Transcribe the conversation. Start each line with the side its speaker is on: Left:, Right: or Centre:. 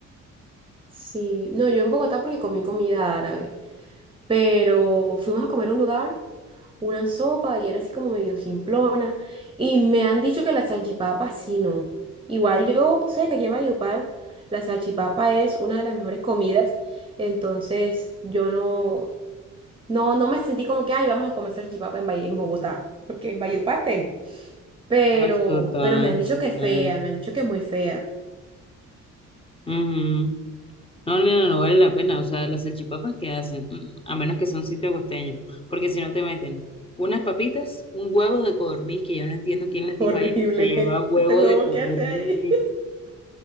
Right: sí. No, yo en Bogotá porque comí comida árabe, pero fuimos a comer a un lugar, una sopa, y era así como medio simplona, y me han dicho que la salchipapa sí no. Igual yo, tú sabes que aquí en Valledupar la salchipapa es una de las mejores comidas, entonces yo no, No, no me sentí como que, ay, vamos a comer salchipapa en, Valle- en Bogotá, porque en Valledupar tengo. Pero,
Left: Ay, total,
Right: pero me han dicho
Left: total.
Right: que es fea, me han dicho que es muy fea.
Left: Ujú. No, no, no no vale la pena. O sea, las salchipapas que hacen, Mm, mm, a menos que sea un sitio costeño, porque si no te meten unas papitas, un huevo de codorniz, que yo no entiendo quién les dijo
Right: Horrible.
Left: a ellos que se lleva
Right: <laughs>
Left: huevo
Right: Ese huevo
Left: de codorniz,
Right: que hace ahí.